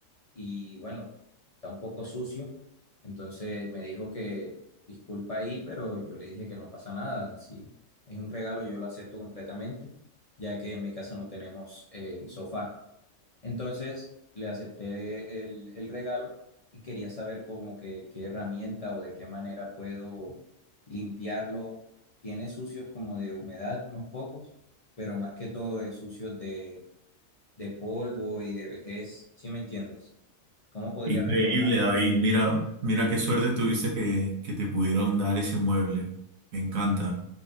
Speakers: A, on the left; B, on the right.
A: y bueno, está un poco sucio. Entonces me dijo que disculpa ahí, pero yo le dije que no pasa nada. Si es un regalo, yo lo acepto completamente, ya que en mi casa no tenemos eh, sofá. Entonces le acepté el, el regalo y quería saber como que qué herramienta o de qué manera puedo limpiarlo. Tiene sucios como de humedad, unos pocos, pero más que todo es sucio de, de polvo y de vejez, ¿sí me entiendes? ¿Cómo podría
B: Increíble,
A: reformarlo?
B: David. Mira, mira qué suerte tuviste que, que te pudieron dar ese mueble. Me encanta.